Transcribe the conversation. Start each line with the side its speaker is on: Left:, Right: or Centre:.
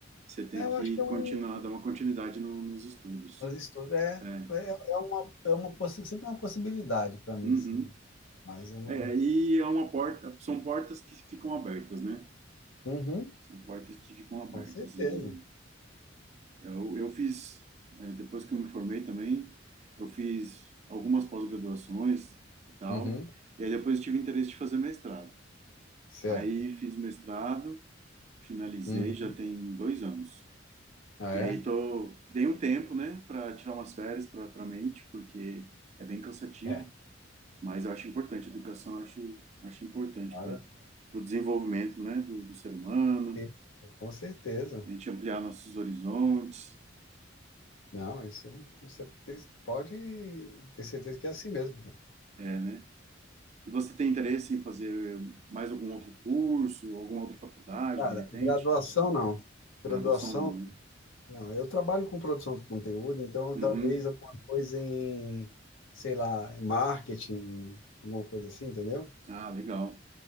Right: você tem
Left: É, eu
Right: que
Left: acho que é um
Right: continuar, dar uma continuidade no- nos estudos.
Left: Mas estudo é,
Right: É.
Left: é, é uma, é uma, possi- sempre é uma possibilidade para mim,
Right: Uhum.
Left: assim Mas eu não.
Right: É, e é uma porta, são portas que ficam abertas, né?
Left: Uhum,
Right: São portas que ficam abertas.
Left: com certeza.
Right: E Eu, eu fiz, eh, depois que eu me formei também, eu fiz algumas pós-graduações e tal,
Left: Uhum,
Right: e aí depois eu tive interesse de fazer mestrado.
Left: certo.
Right: Aí fiz mestrado, finalizei,
Left: Uhum.
Right: já tem dois anos.
Left: Ah,
Right: E
Left: é?
Right: aí tô, dei um tempo, né, para tirar umas férias para para mente, porque é bem cansativo,
Left: É.
Right: mas eu acho importante, a educação eu acho, acho importante
Left: Cara,
Right: para o desenvolvimento, né, do, do ser humano,
Left: sim, com certeza.
Right: a gente ampliar nossos horizontes,
Left: Não, isso, isso é- pode ter certeza que é assim mesmo. Cara,
Right: é, né, E você tem interesse em fazer mais algum outro curso, alguma outra faculdade,
Left: Cara,
Right: de repente?
Left: graduação não. Graduação,
Right: Graduação não, né?
Left: não. Eu trabalho com produção de conteúdo, então
Right: Uhum.
Left: talvez alguma coisa em, sei lá, em marketing, alguma coisa assim, entendeu?
Right: Ah, legal,